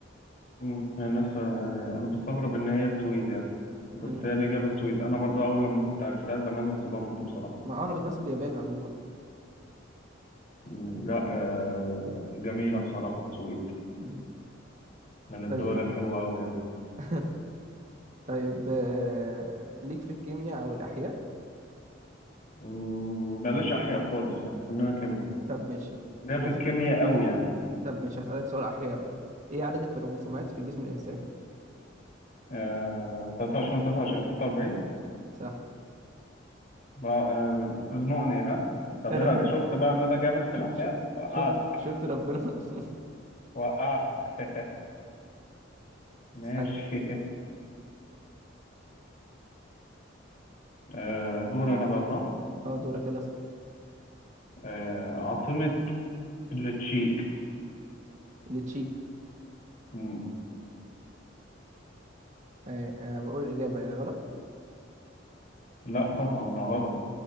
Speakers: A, on the left; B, on the right.
A: مم، يعني الناس يعني انا بستغرب ان هي السويد يعني بس
B: مم.
A: هي الإجابة السويد أنا برضو أول لما كنت عرفتها زمان اتصدمت بصراحة
B: ما آه، أنا كنت بحسب اليابان عموما
A: مم، لا آه، جميلة بصراحة السويد
B: مم.
A: من الدول
B: طيب
A: الحلوة أوي يعني
B: <laughs> طيب آه، ليك في الكيمياء او الاحياء
A: مم، بلاش أحياء خالص يعني خلينا كيمياء
B: طب ماشي
A: ليا في
B: هس...
A: الكيمياء أوي يعني
B: طب ماشي هسألك سؤال احياء بقى ايه عدد الكروموسومات في جسم الانسان
A: آه، 23 23 46
B: صح
A: بقى- آه، تزنقني ها طب
B: <laughs>
A: إيه رأيك شفت بقى إن أنا جامد في الأحياء
B: شو-
A: وقعتك
B: شفت شفت ربنا <laughs>
A: وقعتك <laughs> ماشي
B: اسأل
A: آه، دور أنا بقى صح
B: اه دورك يلا اسأل
A: آه، عاصمة التشيك
B: اللي تشيك
A: مم،
B: آه، انا بقول الاجابة يا غلط
A: لا طبعا غلط